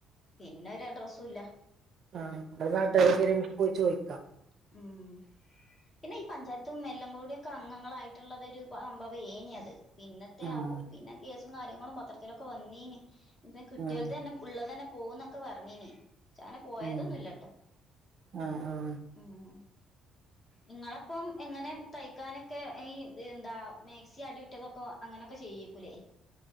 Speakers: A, on the left; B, on the right.
A: പിന്നെ ഒരു അഡ്രസ്സും ഇല്ല
B: ആ നമ്മടെ നാട്ടുകാരൊക്കെ നമ്മക്ക് പോയി ചോദിക്കാം
A: ഉം പിന്നെ ഈ പഞ്ചായത്തും എല്ലാം കൂടി ഒക്കെ അംഗങ്ങളായിട്ട് ഉള്ളതൊരു <unintelligible> പിന്നത്തെ
B: ആഹ്
A: <unintelligible> പിന്നെ കേ സും കാര്യങ്ങളും പത്രത്തിലൊക്കെ വന്നീന് ഇന്റെ കെട്ടിയോളുടേതാണ്
B: ആഹ്
A: പുള്ളയുടേതാണ് പോകൂന്നൊക്കെ പറഞ്ഞീന് പക്ഷേ അങ്ങനെ പോയതൊന്നുമില്ലാട്ടോ
B: ഏഹ് ആഹ് ആഹ്
A: ഉം നിങ്ങളപ്പം എങ്ങനെ തയ്ക്കാനൊക്കെ ഈ എന്താ മാക്സി അടി ഇട്ട് വെക്കുവോ അങ്ങനെയൊക്കെ ചെയ്യൂക്കല്ലേ